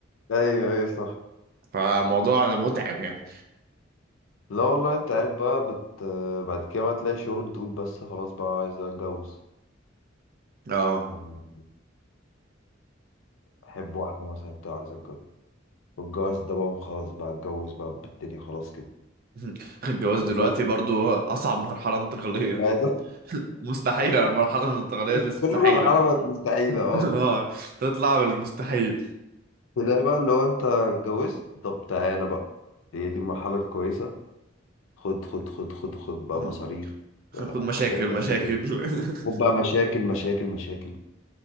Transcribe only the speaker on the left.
ايوه ايوه صح
لا والله انت عارف بقى بت... بعد كده بقى تلاقي شغل تقول بس خلاص بقى عايز اتجوز
يعني احب واحده مثلا بتاع عايز اتجوز والجواز ده بقى خلاص بقى اتجوز بقى بالدنيا خلاص كده
بعد
كده
بعد
<laughs>
كل مرحله بقت مستحيله
اه
تلاقي بقى اللي هو انت اتجوزت طب تعالى بقى هي دي المرحله الكويسه خد خد خد خد خد بقى
مصاريف
حاجات
قد كده
خد بقى مشاكل مشاكل مشاكل